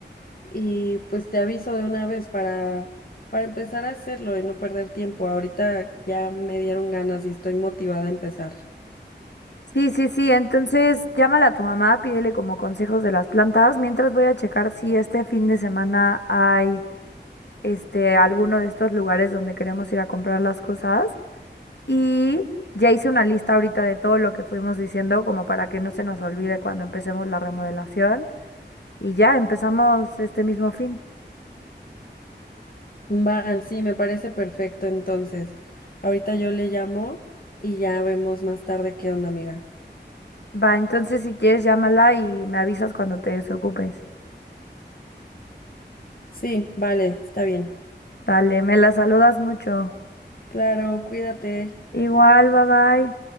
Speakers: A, on the left; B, on the left.
A: y pues te aviso de una vez para, para empezar a hacerlo y no perder tiempo. Ahorita ya me dieron ganas y estoy motivada a empezar.
B: Sí, sí, sí, entonces llámala a tu mamá, pídele como consejos de las plantas, mientras voy a checar si este fin de semana hay este alguno de estos lugares donde queremos ir a comprar las cosas y ya hice una lista ahorita de todo lo que fuimos diciendo como para que no se nos olvide cuando empecemos la remodelación. Y ya empezamos este mismo fin.
A: Va, sí, me parece perfecto. Entonces, ahorita yo le llamo y ya vemos más tarde qué onda, amiga.
B: Va, entonces si quieres llámala y me avisas cuando te desocupes.
A: Sí, vale, está bien.
B: Dale, me la saludas mucho.
A: Claro, cuídate.
B: Igual, bye bye.